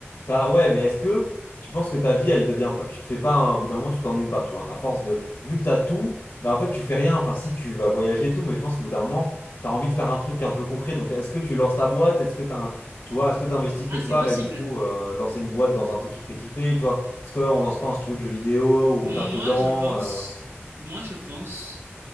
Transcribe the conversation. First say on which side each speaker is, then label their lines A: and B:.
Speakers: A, on the left; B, on the right.
A: Ça, ouais, mais est-ce que tu penses que ta vie, elle devient pas, tu te fais pas, hein, au bout d'un moment, tu t'ennuies pas, tu vois, à force de, vu que t'as tout, bah en fait, tu fais rien, enfin, si tu vas voyager et tout, mais je pense qu'au bout d'un moment, t'as envie de faire un truc un peu concret, donc est-ce que tu lances ta boîte, est-ce que t'as, un- tu vois, est-ce que t'investis quelque
B: Ah, c'est
A: part
B: possible.
A: et du coup, euh, lancer une boîte dans un truc qui te fait kiffer, tu vois, est-ce qu'on lance pas un studio de jeux vidéo où
B: Moi,
A: on taffe dedans,
B: je pense.
A: euh,
B: Moi, je pense